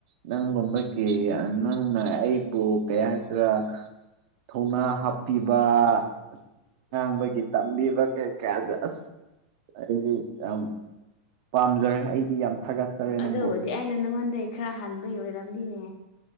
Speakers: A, on the right (about 55°); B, on the left (about 55°).
A: ꯅꯪꯒꯨꯝꯕꯒꯤ ꯅꯪꯅ ꯑꯩꯕꯨ ꯀꯩ ꯍꯥꯏꯁꯤꯔꯥ ꯊꯧꯅꯥ ꯍꯥꯞꯄꯤꯕ ꯑ ꯉꯥꯡꯕꯒꯤ ꯇꯝꯕꯤꯕ ꯀꯩ ꯀꯌꯥꯁꯦ ꯑꯁ ꯑꯩꯗꯤ ꯌꯥꯝ ꯄꯥꯝꯖꯔꯦ ꯑꯩꯗꯤ ꯌꯥꯝ ꯊꯥꯒꯠꯆꯔꯦ ꯅꯪꯕꯨ
B: ꯑꯗꯨꯕꯨꯗꯤ ꯑꯩꯅ ꯅꯪꯉꯣꯟꯗꯒꯤꯩ ꯈꯔ ꯍꯥꯟꯕꯩ ꯑꯣꯏꯔꯝꯗꯤꯅꯦ